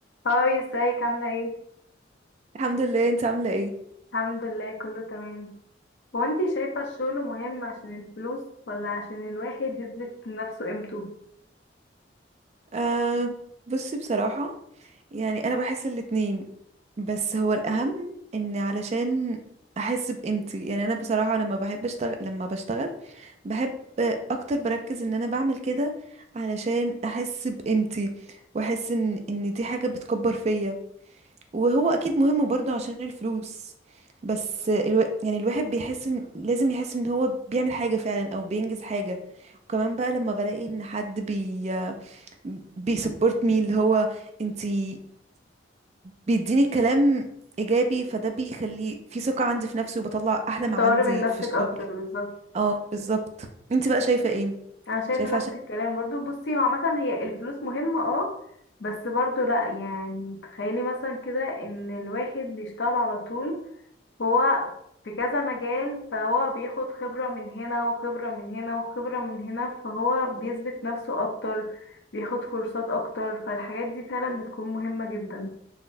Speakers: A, on the left; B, on the right.
A: هاي ازيك عاملة ايه؟
B: الحمد لله انت عاملة ايه
A: الحمد لله كله تمام هو انتي شايفة الشغل مهم عشان الفلوس ولا عشان الواحد يثبت لنفسه قيمته؟
B: آه بصي بصراحة يعني انا بحس الاتنين بس هو الاهم ان علشان احس بقيمتي يعني انا بصراحة لما بحب اشتغل لما بشتغل بحب اكتر بركز ان انا بعمل كده علشان احس بقيمتي واحس ان ان دي حاجة بتكبر فيا وهو اكيد مهم برضو عشان الفلوس بس الو... يعني الواحد بيحس ان لازم يحس ان هو بيعمل حاجة فعلا او بينجز حاجة وكمان بقى لما بلاقي ان حد بي بيسبورت مي اللي هو انتي بيديني كلام ايجابي فده بيخلي في ثقة عندي في نفسي وبطلع احلى
A: بتطوري
B: ما عندي
A: من نفسك
B: في الشغل
A: اكتر بالظبط
B: اه بالظبط انتي بقى شايفة ايه
A: انا شايفة
B: شايفة
A: نفس
B: عشان
A: الكلام برضو بصي هو عامة هي الفلوس مهمة اه بس برضو لا يعني تخيلي مثلا كده ان الواحد بيشتغل على طول هو في كذا مجال فهو بياخد خبرة من هنا وخبرة من هنا وخبرة من هنا فهو بيثبت نفسه أكتر بياخد كورسات أكتر فالحاجات دي فعلا بتكون مهمة جدا